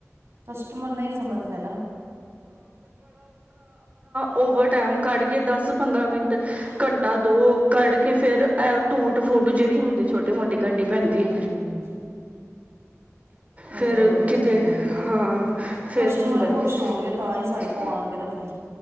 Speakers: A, on the right (about 60°); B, on the right (about 30°).
A: ਕਸਟਮਰ ਨਹੀਂ ਸਮਝਦੇ ਨਾ
B: ਓਵਰਟਾਈਮ ਕੱਢ ਕੇ ਦਸ ਪੰਦਰਾਂ ਮਿੰਟ ਘੰਟਾ ਦੋ ਕੱਢ ਕੇ ਫਿਰ ਟੂਟ ਫੂਟ ਜਿਹੜੀ ਹੁੰਦੀ ਛੋਟੀ ਮੋਟੀ ਕਰਨੀ ਪੈਂਦੀ
A: ਹੂੰ। ਉਹ
B: ਫਿਰ
A: ਤੇ ਹੈ
B: ਕਿਤੇ
A: ਕਰਨਾ ਪੈਂਦਾ
B: ਹਾਂ ਫੇਰ
A: ਕਸਟਮਰ
B: ਹੁੰਦਾ
A: ਖੁਸ਼
B: ਕੀਤੇ
A: ਹੋਣਗੇ ਤਾਂ ਹੀ ਸਾਡੇ ਕੋਲ ਆਣਗੇ ਨਾ ਫਿਰ